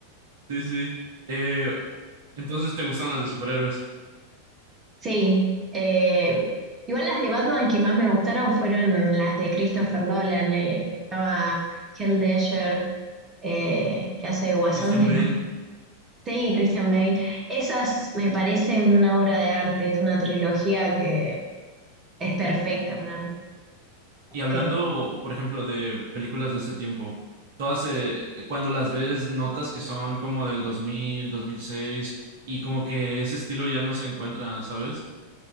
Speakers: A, on the right (about 55°); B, on the right (about 25°).
A: sí, sí. Eh, entonces, ¿te gustan las de superhéroes?
B: Sí. eh, igual las de Batman que más me gustaron fueron las de Christopher Nolan, eh, que estaba Heath Ledger, eh, que hace de Guasón,
A: Christian
B: que
A: Bale.
B: sí, Christian Bale. Esas me parecen una obra de arte, es una trilogía que es perfecta para mí.
A: Y hablando,
B: Eh,
A: por ejemplo, de películas de ese tiempo, todas, eh, cuando las ves, notas que son como del dos dos mil, dos mil seis y como que ese estilo ya no se encuentra, ¿sabes?